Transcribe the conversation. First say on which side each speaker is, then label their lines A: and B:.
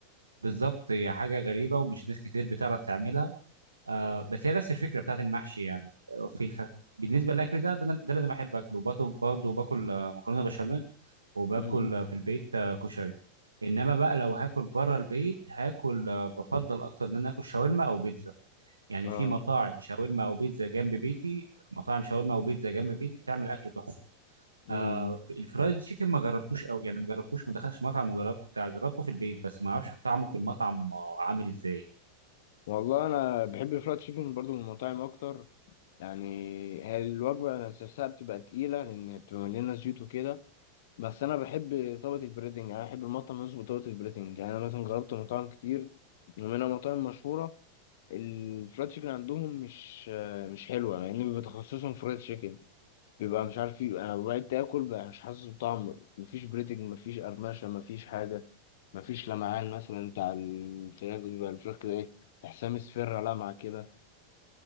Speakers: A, on the right (about 75°); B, on the left (about 55°).
A: بالظبط هي حاجة غريبة ومش ناس كتير بتعرف تعملها آه بس هي نفس الفكرة بتاعت المحشي يعني آه، في الف... بالنسبة للأكل ده ده, أنا- ده اللي أنا بحب أكله برضه برضه باكل آه، مكرونة بشاميل وباكل
B: امم
A: آه، في البيت آه، كشري إنما بقى لو هاكل بره البيت هاكل آه، بفضل أكتر إن أنا آكل شاورما أو بيتزا يعني
B: اه
A: في مطاعم شاورما أو بيتزا جنب بيتي مطاعم شاورما وبيتزا جنب بيتي بتعمل أكل تحفة
B: امم
A: آه الفرايد تشيكن ما جربتوش قوي يعني ما جربتوش ما دخلتش مطعم وجربت جربته في البيت بس ما اعرفش طعمه في المطعم آه، عامل ازاي
B: والله انا بحب الفرايد تشيكن برضو من المطاعم اكتر يعني هي الوجبه نفسها بتبقى تقيله لان بتبقى مليانه زيوت وكده بس انا بحب طبقه البريدنج يعني انا بحب المطعم يظبط طبقه البريدنج يعني انا مثلا جربت مطاعم كتير ومنها مطاعم مشهوره الفرايد تشيكن عندهم مش مش حلوه يعني بيبقى تخصصهم فرايد تشيكن بيبقى مش عارف ايه انا بقيت اكل بقى مش حاسس بطعم مفيش بريدنج مفيش قرمشه مفيش حاجه مفيش لمعان مثلا بتاع الفراخ بيبقى الفراخ كده ايه تحسها مصفرة لمعة كده